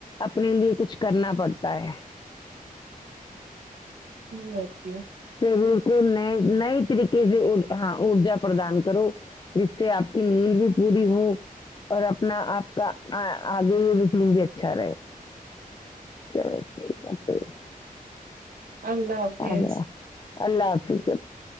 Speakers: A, on the left; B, on the right.
A: اپنے لیے کچھ کرنا پڑتا ہے
B: جی
A: شریر کو ن نئی طریقے سے ہاں ارجا پردان کرو جس سے آپ کی لییل بھی پوری ہو اور اپنا آپ کا آگے ہول بھی اچھا رہے چلو ٹھیک ہے <unintelligible> <inaudible>
B: اللہ حافظ